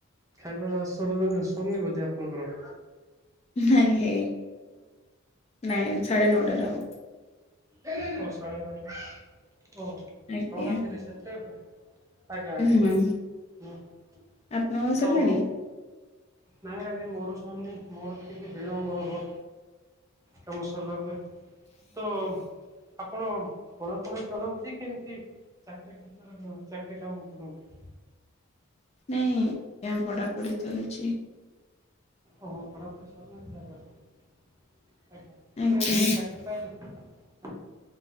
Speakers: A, on the right; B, on the left.
A: ଖାଇବା ସରଲା ସରନି ବୋଧେ ଆପଣଙ୍କର।
B: ନାଇଁ ହେ ନାଇଁ ସା଼େଢେ ନଅଟାରେ ହବ?
A: ଓ ସାଢ଼େ ନଅଟା ଓ ନଟା
B: ଆଜ୍ଞା
A: ତିରିସ ସେତବେ। ଆଜ୍ଞା ଆଜ୍ଞା
B: ହୁଁ
A: ହଁ
B: ଆପଣଙ୍କର ସରିଲାଣି
A: ତ ନାଇଁ ଆଜ୍ଞା ମୋର ସରିନି ମୋର ବି ଟିକେ ବିଳମ୍ବ ହବ କାମ ସରିଲା ପରେ। ତ ଆ ଆପଣ ପଢାପଢି କରନ୍ତି କେମିତି ଚାକିରୀ କ୍ଷେତ୍ରରେ ଚାକିରି କାମ କରନ୍ତି?
B: ନାଇଁ ପଢା ପଢି ଚାଲିଛି।
A: ଓହୋ ପଢ଼ାପଢ଼ି ସରିଲାଣି ତାହାଲେ ଏବେ
B: ଆଜ୍ଞା
A: ଚାକିରି ପାଇନି।